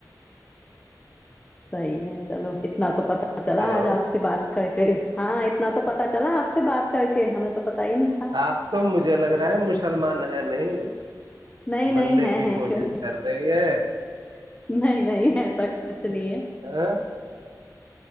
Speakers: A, on the left (about 20°); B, on the right (about 85°).
A: صحی ہے چلو کتنا تو پتا چلا
B: ہلو
A: آج آپ سے بات کر کے ہاں اتنا تو پتا چلا آپ سے بات کر کے ہمیں تو پتا ہی نہیں تھا
B: آپ تو مجھے لگ رہا ہے مسلمان ہیں نہیں
A: نہیں نہیں
B: بننے
A: ہے
B: کی
A: ہیں
B: کوشش
A: کیوں نہیں
B: کر رہی ہے
A: نہیں نہیں ایسا کچھ نہیں ہے
B: ا